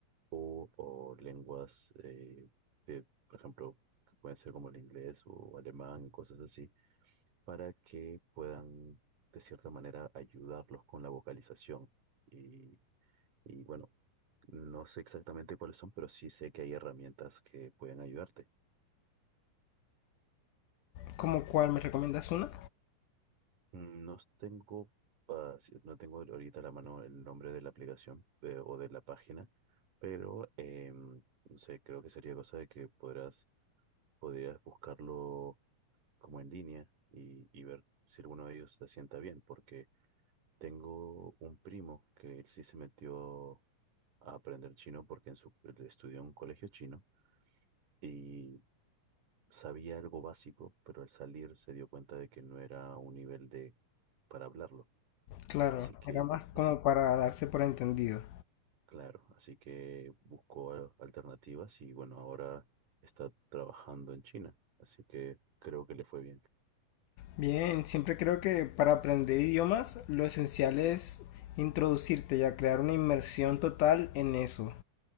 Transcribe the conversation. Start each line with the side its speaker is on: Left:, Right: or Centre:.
Right: o, o lenguas eh, de, por ejemplo, que pueden ser como el inglés o alemán y cosas así para que puedan, de cierta manera, ayudarlos con la vocalización. Y, y bueno, no sé exactamente cuáles son, pero sí sé que hay herramientas que pueden ayudarte.
Left: ¿Como cuál? ¿Me recomiendas una?
Right: Mm, No tengo, ah, sí, no tengo ahorita a la mano el nombre de la aplicación eh, o de la página, pero em, no sé, creo que sería cosa de que podrás, podrías buscarlo como en línea y, y ver si alguno de ellos se sienta bien, porque Tengo un primo que él sí se metió a aprender chino porque en su, él estudió en un colegio chino y sabía algo básico, pero al salir se dio cuenta de que no era un nivel de para hablarlo.
Left: Claro,
Right: Así que,
Left: era más
Right: así,
Left: como para darse por entendido.
Right: claro, así que buscó a- alternativas y bueno, ahora está trabajando en China. Así que creo que le fue bien.
Left: Bien, siempre creo que para aprender idiomas lo esencial es introducirte y a crear una inmersión total en eso.